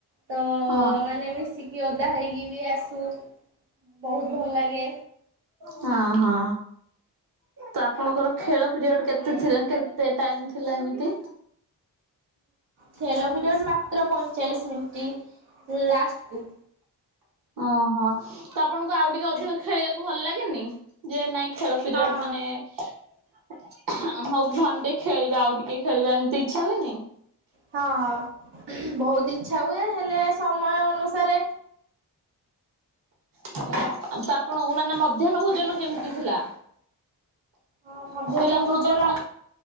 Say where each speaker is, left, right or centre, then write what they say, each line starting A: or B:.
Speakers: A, on the right; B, on the right.
A: ତ
B: ହଁ
A: ମାନେ ମିଶିକି ଓଦା ହେଇକି ବି ଆସୁ ବହୁତ୍ ଭଲ୍ ଲାଗେ।
B: ହଁ, ହଁ। ତ ଆପଣଙ୍କର ଖେଳ ପିରିୟଡ କେତେ ଥିଲା କେତେ ଟାଇମ୍ ଥିଲା ଏମିତି?
A: ଖେଳ ପିରିୟଡ଼ ମାତ୍ର ପଇଁଚାଳିଶ ମିନିଟ୍ ଲାଷ୍ଟକୁ।
B: ଓହୋ। ତ ଆପଣଙ୍କୁ ଆଉ ଟିକେ ଅଧିକ ଖେଳିବାକୁ ଭଲ ଲାଗେନି? ଯେ ନାଇଁ ଖେଳ ପିରିୟଡ୍
A: ହଁ
B: ମାନେ ହଁ ହଉ ହଁ ଆମେ ଟିକେ ଖେଳିବା ଆଉ ଟିକେ ଖେଳିବା ଏମିତି ଇଚ୍ଛା ହୁଏନି?
A: ହଁ ହଁ, ବହୁତ୍ ଇଚ୍ଛା ହୁଏ ହେଲେ ସମୟ ଅନୁସାରେ
B: ତ ଆପଣଙ୍କୁ ମାନେ ମଧ୍ୟାହ୍ନ ଭୋଜନ କେମିତି ଥିଲା?
A: ହଁ ମଧ୍ୟାହ୍ନ
B: ମୁଁ କହିଲି ଆପଣଙ୍କର
A: ଭୋଜନ
B: ମ